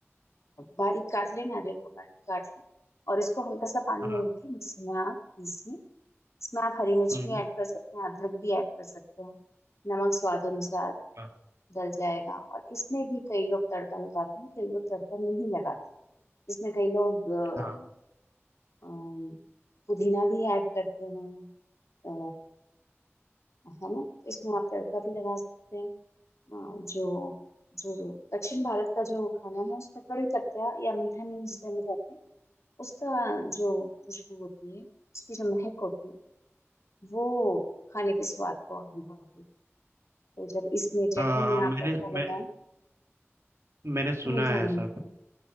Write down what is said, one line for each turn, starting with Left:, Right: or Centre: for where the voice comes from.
Left: बारीक काट लें नारियल को बारीक काट लें और इसको हल्का सा पानी
Right: हाँ
Left: में लेके मिक्सी में आप पीस लें इसमें आप हरी मिर्च
Right: हम्म
Left: भी ऐड कर सकते हैं अदरक भी ऐड कर सकते हैं नमक स्वाद अनुसार
Right: हाँ
Left: गल जाएगा और इसमें भी कई लोग तड़का लगाते हैं कई लोग तड़का नहीं लगाते इसमें कई लोग अ,
Right: हाँ
Left: अम, पुदीना भी ऐड करते हैं अ, है ना इसमें आप तड़का भी लगा सकते हैं अ, जो जो दक्षिण भारत का जो खाना है उसमें कड़ी पत्ता या मीठा नीम जिसे हम कहते हैं उसका जो खुशबू होती है उसकी जो महक होती है वो खाने के स्वाद को और भी बढ़ा देती है तो जब इसमें चटनी
Right: हाँ
Left: में
Right: हाँ, मैंने
Left: आप तड़का
Right: मैं
Left: लगाएं
Right: मैंने सुना
Left: तो मीठा
Right: है
Left: नहीं
Right: ऐसा
Left: होता